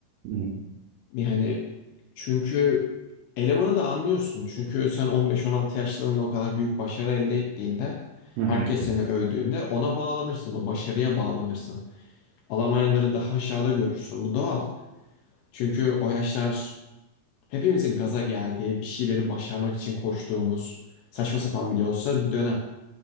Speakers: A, on the right; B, on the left.
A: Hı hı.
B: Yani çünkü elemanı da anlıyorsun. Çünkü sen 15-16 yaşlarında o kadar büyük başarı elde ettiğinde
A: Hı hı.
B: herkes seni övdüğünde ona bağlanırsın, o başarıya bağlanırsın. Alamayanları daha aşağıda görürsün. Bu doğal. Çünkü o yaşlar hepimizin gaza geldiği, bir şeyleri başarmak için koştuğumuz, saçma sapan bile olsa bir dönem.